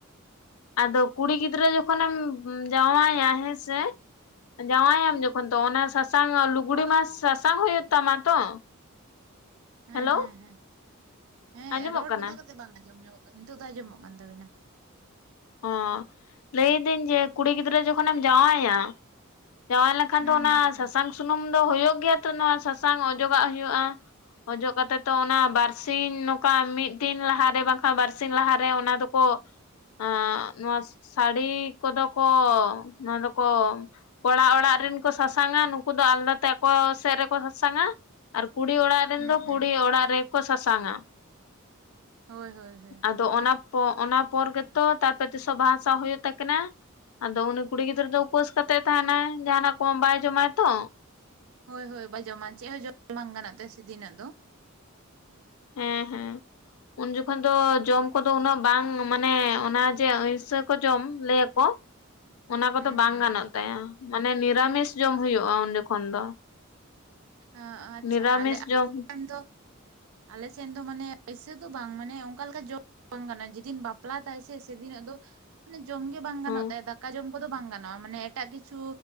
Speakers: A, on the left; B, on the right.
A: ᱟᱫᱚ ᱠᱩᱲᱤ ᱜᱤᱫᱽᱨᱟᱹ ᱡᱚᱠᱷᱚᱱᱮᱢ ᱡᱟᱶᱟᱭᱟ ᱦᱮᱸᱥᱮ ᱡᱟᱶᱟᱭᱟᱢ ᱡᱚᱠᱷᱚᱱ ᱛᱚ ᱚᱱᱟ ᱥᱟ ᱥᱟᱝ ᱞᱩᱜᱩᱜᱽᱲᱤ
B: ᱨᱚᱲ
A: ᱢᱟ ᱥᱟᱥᱟᱝ ᱦᱩᱭᱩᱜ ᱦᱩᱭᱩᱜ ᱛᱟᱢ ᱛᱚ?
B: ᱦᱮᱸᱦᱮᱸᱦᱮᱸ
A: ᱦᱮᱞᱳ
B: ᱦᱮᱸ
A: ᱟᱸᱡᱚᱢᱚᱜ
B: ᱨᱚᱲ
A: ᱠᱟᱱᱟ
B: ᱢᱤᱫᱷᱟᱣ ᱠᱟᱛᱮᱜ ᱵᱟᱝ ᱟᱸᱡᱚᱢ ᱧᱚᱜᱚᱜ ᱠᱟᱱᱟ, ᱱᱤᱛᱚᱜ ᱫᱚ ᱟᱸᱡᱚᱢᱚᱜ ᱠᱟᱱ ᱛᱟᱵᱤᱱᱟ᱾
A: ᱚᱸ ᱞᱟᱹᱭᱫᱟᱹᱧ ᱡᱮ ᱠᱩᱲᱤ ᱜᱤᱫᱽᱨᱟᱹ ᱡᱚᱠᱷᱚᱱᱮᱢ ᱡᱟᱶᱟᱭᱟ ᱡᱟᱶᱟᱭ ᱞᱮᱠᱷᱟᱱ
B: ᱦᱩᱸ
A: ᱫᱚ ᱚᱱᱟ
B: ᱦᱩᱸ ᱦᱩᱸ
A: ᱥᱟᱥᱟᱝ ᱥᱩᱱᱩᱢ ᱫᱚ ᱦᱩᱭᱩᱜ ᱜᱮᱭᱟ ᱛᱚ ᱱᱚᱣᱟ ᱥᱟᱥᱟᱝ ᱚᱡᱚᱜᱟᱜ ᱦᱩᱭᱩᱜᱼᱟ᱾ ᱚᱡᱚᱜ ᱠᱟᱛᱮ ᱛᱚ ᱚᱱᱟ ᱵᱟᱨ ᱥᱤᱧ ᱱᱚᱝᱠᱟ ᱢᱤᱫ ᱫᱤᱱ ᱞᱟᱦᱟᱨᱮ ᱵᱟᱝᱠᱷᱟᱱ ᱵᱟᱨ ᱥᱤᱧ ᱞᱟᱦᱟᱨᱮ ᱚᱱᱟ ᱫᱚᱠᱚ ᱟᱸ ᱱᱚᱣᱟ ᱥᱟᱹᱲᱤ ᱠᱚᱫᱚ ᱠᱚ ᱱᱚᱣᱟ ᱫᱚᱠᱚ ᱠᱚᱲᱟ ᱚᱲᱟᱜ ᱨᱮᱱ ᱠᱚ ᱥᱟᱥᱟᱝᱟ ᱱᱩᱠᱩ ᱫᱚ ᱟᱞᱫᱟ ᱛᱮ ᱟᱠᱚ ᱥᱮᱜ ᱨᱮᱠᱚ ᱥᱟᱥᱟᱝᱟ ᱟᱨ ᱠᱩᱲᱤ ᱚᱲᱟᱜ ᱨᱮᱱ
B: ᱦᱩᱸ
A: ᱫᱚ
B: ᱦᱩᱸ
A: ᱠᱩᱲᱤ ᱚᱲᱟᱜ ᱨᱮᱠᱚ ᱥᱟᱥᱟᱝᱟ
B: ᱦᱳᱭ ᱦᱳᱭ ᱦᱳᱭ
A: ᱟᱫᱚ ᱚᱱᱟ ᱚᱱᱟ ᱯᱚᱨ ᱜᱮᱛᱚ ᱛᱟᱨᱯᱚᱨ ᱛᱤᱥᱚ ᱵᱟᱦᱟ ᱥᱟᱶ ᱦᱩᱭᱩᱜ ᱛᱟᱹᱠᱤᱱᱟ ᱟᱫᱚ ᱩᱱᱤ ᱠᱩᱲᱤ ᱜᱤᱫᱽᱨᱟᱹ ᱫᱚ ᱩᱯᱟᱹᱥ ᱠᱟᱛᱮᱜ ᱛᱟᱦᱮᱱᱟᱭ ᱡᱟᱦᱱᱟᱜ ᱠᱚ ᱵᱟᱭ ᱡᱚᱢᱟᱭ ᱛᱚ,
B: ᱦᱳᱭ ᱦᱳᱭ ᱵᱟ ᱡᱚᱢᱟ ᱪᱮᱜ ᱦᱚᱸ ᱡᱚᱢ ᱵᱟᱝ ᱜᱟᱱᱚᱜ ᱛᱮ ᱥᱫᱤᱱᱟᱜ ᱫᱚ
A: ᱦᱮᱸ ᱦᱮᱸ ᱩᱱ ᱡᱚᱠᱷᱚᱱ ᱫᱚ ᱡᱚᱢ ᱠᱚᱫᱚ ᱩᱱᱟᱹᱜ ᱵᱟᱝ ᱢᱟᱱᱮ ᱚᱱᱟ ᱡᱮ ᱟᱺᱭᱥᱟᱹ ᱠᱚ ᱡᱚᱢ ᱞᱟᱹᱭᱟᱠᱚ, ᱚᱱᱟ ᱠᱚᱫᱚ
B: ᱦᱩᱸ
A: ᱵᱟᱝ
B: ᱦᱩᱸ
A: ᱜᱟᱱᱚᱜ ᱛᱟᱭᱟ ᱢᱟᱱᱮ ᱱᱤᱨᱟᱢᱤᱥ ᱡᱚᱢ ᱦᱩᱭᱩᱜᱼᱟ ᱩᱱ ᱡᱟᱠᱷᱚᱱᱚᱱ ᱫᱚ
B: ᱟᱹ ᱟᱪᱪᱷᱟ
A: ᱱᱤᱨᱟᱢᱤᱥ
B: ᱟᱞᱮ ᱟ
A: ᱡᱚᱢ
B: ᱨᱮᱱ ᱫᱚ ᱟᱞᱮᱥᱱ ᱫᱚ ᱢᱟᱱᱮ ᱮᱭᱥᱮ ᱫᱚ ᱵᱟᱝ ᱢᱟᱱᱮ ᱚᱱᱠᱟ ᱞᱮᱠᱟ ᱡᱚᱢ ᱵᱟᱝ ᱜᱟᱱᱚᱜᱼᱟ ᱡᱮᱫᱤᱱ ᱵᱟᱯᱞᱟ ᱛᱟᱭ ᱥᱮ ᱥᱮᱫᱤᱱᱚᱜ ᱫᱚ ᱢᱟᱱᱮ ᱡᱚᱢ ᱜᱮ ᱵᱟᱝ ᱜᱟᱱᱚᱜ
A: ᱦᱮᱸ
B: ᱛᱟᱭᱟ ᱫᱟᱠᱟ ᱡᱚᱢ ᱠᱚᱫᱚ ᱵᱟᱝ ᱜᱟᱱᱚᱜᱼᱟ ᱢᱟᱱᱮ ᱮᱴᱟᱜ ᱠᱤᱪᱷᱩ